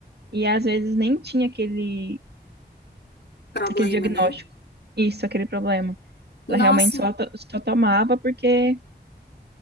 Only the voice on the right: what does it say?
e às vezes nem tinha aquele
aquele diagnóstico.
Isso, aquele problema.
Ela realmente só, to- só tomava porque